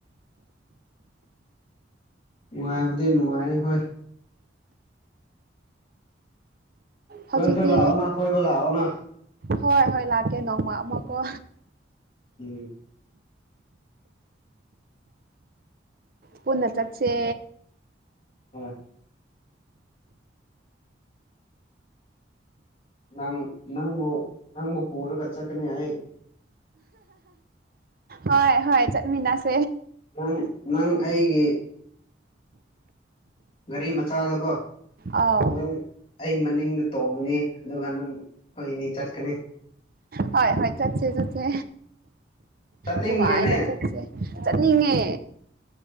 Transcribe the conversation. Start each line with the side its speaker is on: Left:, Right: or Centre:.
Left: ꯅꯨꯡꯉꯥꯏꯕꯗꯤ ꯅꯨꯡꯉꯥꯏ ꯍꯣꯏ
Right: ꯍꯧꯖꯤꯛꯇꯤ
Left: ꯅꯣꯏꯁꯨ ꯂꯥꯛꯑꯣꯅ ꯀꯣꯏꯕ ꯂꯥꯛꯑꯣꯅ
Right: ꯍꯣꯏ ꯍꯣꯏ ꯂꯥꯛꯀꯦ ꯅꯣꯡꯃ ꯑꯃꯀꯣ
Left: ꯎꯝ
Right: ꯄꯨꯟꯅ ꯆꯆꯦ
Left: ꯍꯣꯏ ꯅꯪ ꯅꯪꯕꯨ ꯅꯪꯕꯨ ꯄꯨꯔꯒ ꯆꯠꯀꯅꯤ ꯑꯩ
Right: ꯍꯣꯏ ꯍꯣꯏ ꯆꯠꯃꯤꯟꯅꯁꯤ
Left: ꯅꯪ ꯅꯪ ꯑꯩꯒꯤ ꯒꯥꯔꯤ ꯃꯆꯥꯗꯀꯣ
Right: ꯑꯥꯎ
Left: ꯅꯪ ꯑꯩ ꯃꯅꯤꯡꯗ ꯇꯣꯡꯕꯅꯤ ꯑꯗꯨꯒ ꯅꯪ ꯑꯩꯣꯏꯅꯤ ꯆꯠꯀꯅꯤ
Right: ꯍꯣꯏ ꯍꯣꯏ ꯆꯠꯁꯦ ꯆꯠꯁꯦ
Left: ꯆꯠꯅꯤꯡꯗ꯭ꯔꯣꯅꯦ
Right: ꯅꯨꯡꯉꯥꯏꯅ ꯆꯠꯁꯦ ꯆꯠꯅꯤꯡꯉꯦ